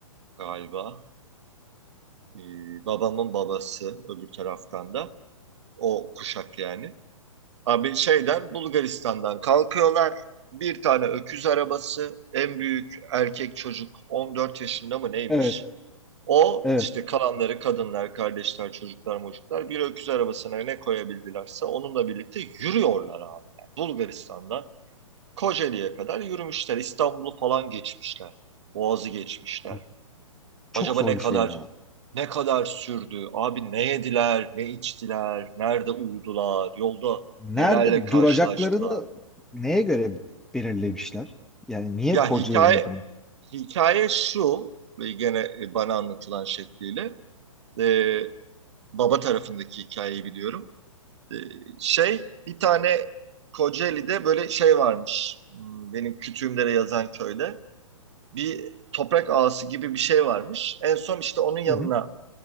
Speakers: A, on the right; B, in the centre.
A: galiba. e, babamın babası öbür taraftan da. O kuşak yani. Abi şeyden Bulgaristan'dan kalkıyorlar. Bir tane öküz arabası. En büyük erkek çocuk 14 yaşında mı neymiş?
B: evet,
A: O
B: evet.
A: işte kalanları kadınlar, kardeşler, çocuklar, mocuklar bir öküz arabasına ne koyabildilerse onunla birlikte yürüyorlar abi. Yani Bulgaristan'dan Kocaeli'ye kadar yürümüşler. İstanbul'u falan geçmişler. Boğaz'ı geçmişler.
B: Abi, çok
A: Acaba
B: zor
A: ne
B: bir
A: kadar
B: şey ya.
A: ne kadar sürdü? Abi ne yediler, ne içtiler, nerede uyudular, yolda
B: Nerede
A: nelerle karşılaştılar?
B: duracaklarını neye göre belirlemişler? Yani niye
A: Ya
B: Kocaeli'nde
A: hikaye
B: durmuş?
A: hikaye şu ve gene e, bana anlatılan şekliyle e, baba tarafındaki hikayeyi biliyorum. E, şey bir tane Kocaeli'de böyle şey varmış. Hmm, Benim kütüğümde yazan köyde bir toprak ağası gibi bir şey varmış. En son işte onun yanına
B: Hı hı,